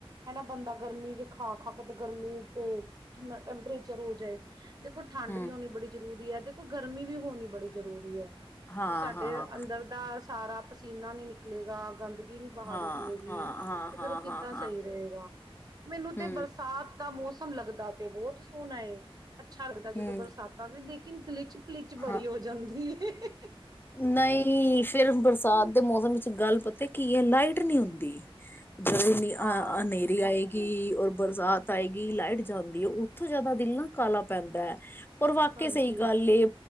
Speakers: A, on the right (about 40°); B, on the left (about 20°).
A: ਹਨਾ। ਬੰਦਾ ਗਰਮੀ ਚੇ ਖਾ- ਖਾ ਕੇ ਤੇ ਗਰਮੀ ਤੇ ਕਿੰਨਾ ਟੈਂਪਰੇਚਰ ਹੋ ਜਾਏ। ਦੇਖੋ ਠੰਡ
B: ਹੂੰ
A: ਵੀ ਹੋਣੀ ਬੜੀ ਜ਼ਰੂਰੀ ਹੈ ਦੇਖੋ ਗਰਮੀ ਵੀ ਹੋਣੀ ਬੜੀ ਜ਼ਰੂਰੀ ਹੈ।
B: ਹਾਂ
A: ਜੋ ਸਾਡੇ
B: ਹਾਂ
A: ਅੰਦਰ ਦਾ ਸਾਰਾ ਪਸੀਨਾ ਨੀ ਨਿਕਲੇਗਾ। ਗੰਦ ਨੀ ਬਾਹਰ
B: ਹਾਂ ਹਾਂ
A: ਨਿਕਲੇਗੀ
B: ਹਾਂ ਹਾਂ
A: ਤੇ ਫੇਰ ਉਹ ਕਿੱਦਾਂ
B: ਹਾਂ ਹਾਂ
A: ਸਹੀ ਹੋ <unintelligible> ਮੈਨੂੰ ਤੇ
B: ਹੂੰ
A: ਬਰਸਾਤ ਦਾ ਮੌਸਮ ਲੱਗਦਾ ਤੇ ਬਹੁਤ ਸੋਹਣਾ ਏ ਅੱਛਾ ਲੱਗਦਾ ਜਦੋਂ
B: ਹੂੰ
A: ਬਰਸਾਤਾਂ ਵੀ ਦੇਖ--‌ ਹਿੰਕਲੇ ਚ ਪਲਿਚ ਬੜੀ
B: ਹਾਂ
A: ਹੋ ਜਾਂਦੀ ਐ। <unintelligible>
B: ਨਹੀਂ ਫਿਰ ਬਰਸਾਤ ਦੇ ਮੌਸਮ ਵਿੱਚ ਗੱਲ ਪਤਾ ਕੀ ਹੈ ਲਾਈਟ ਨਹੀਂ ਹੁੰਦੀ <unintelligible>
A: ਹਾਂ,
B: ਅਨੇਰੀ ਆਏ ਕਿ ਔਰ ਬਰਸਾਤ ਆਏਗੀ। ਲਾਈਟ ਜਾਂਦੀ ਐ। ਉੱਥੇ ਜਿਆਦਾ ਦਿਲ ਨਾ ਕਾਅਲਾ ਪੈਂਦਾ ਐ। ਔਰ ਵਾਕਈ
A: ਹਾਂਜੀ।
B: ਸਹੀ ਗੱਲ ਏ